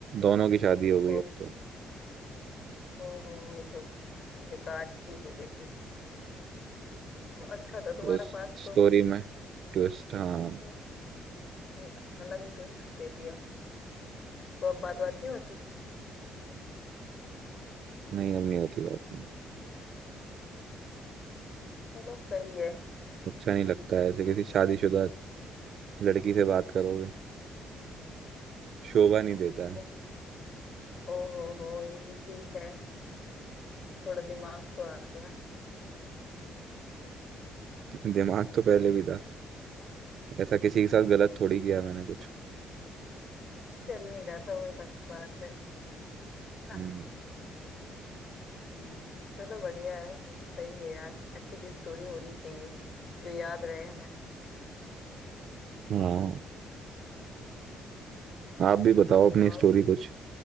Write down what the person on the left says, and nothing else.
ओ
ओ हो ये तो बेकार ही चीज हो गई फिर ओ, अच्छा था तुम्हारा
पास तो
हम्म, ये अलग ही ट्विस्ट दे दिया तो अब बात बात नहीं होती
चलो सही है
ये ओ हो हो ये भी ठीक है थोड़ा दिमाग तो आ गया
चल नहीं रहा था वो एक अलग बात है है ना
हम्म, चलो बढ़िया है ये भी सही है यार ऐसी भी स्टोरी होनी चाहिए जो याद रहे हमें
और